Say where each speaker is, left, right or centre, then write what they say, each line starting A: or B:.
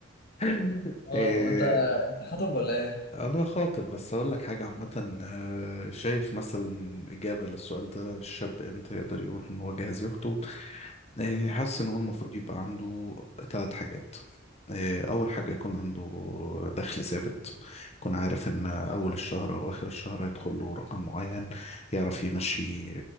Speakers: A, on the left; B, on the left.
A: <laughs>
B: اه
A: إيه،
B: هو انت انت خاطب ولا ايه
A: أنا خاطب بس أقول لك حاجة عامة آه، شايف مثلا إجابة للسؤال ده الشاب إمتى يقدر يقول إن هو جاهز يخطب إيه، حاسس ان هو المفروض يبقى عنده ثلاث حاجات إيه، اول حاجه يكون عنده دخل ثابت يكون عارف ان اول الشهر او اخر الشهر هيدخل له رقم معين يعرف يمشي